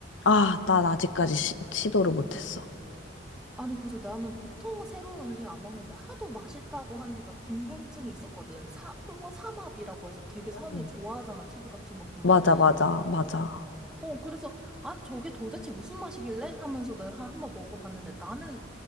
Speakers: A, on the left; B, in the centre.
A: 아, 난 아직까지 시, 도를 못했어.
B: 아니, 그래서 나는 보통은 새로운 음식 안 먹는데, 하도 맛있다고 하니까 궁금증이 있었거든. 사, 홍어 삼합이라고 해서 되게 사람들이
A: 음.
B: 좋아하잖아, TV 같은 거 보면은.
A: 맞아, 맞아, 맞아.
B: 어, 그래서, 아, 저게 도대체 무슨 맛이길래? 하면서 내가 한번 먹어봤는데, 나는,